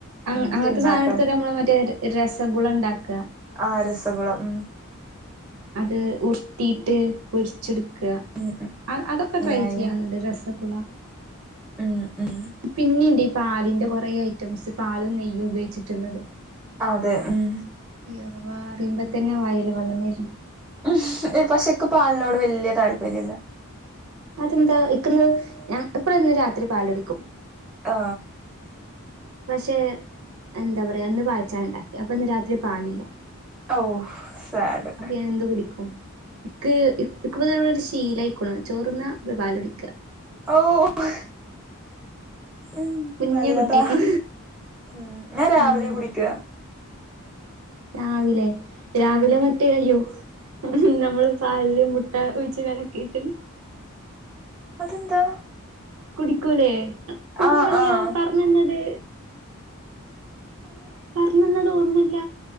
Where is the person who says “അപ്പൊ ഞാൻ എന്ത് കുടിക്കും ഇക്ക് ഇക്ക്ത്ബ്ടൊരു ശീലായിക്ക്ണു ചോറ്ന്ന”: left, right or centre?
Right